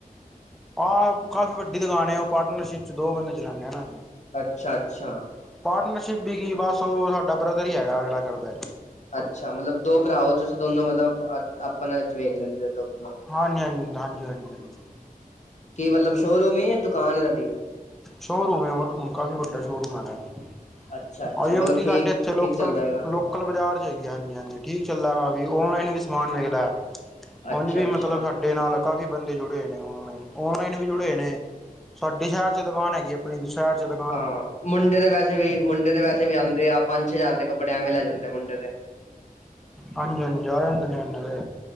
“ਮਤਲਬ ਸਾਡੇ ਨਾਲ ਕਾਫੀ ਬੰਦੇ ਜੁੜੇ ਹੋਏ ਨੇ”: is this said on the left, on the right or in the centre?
Centre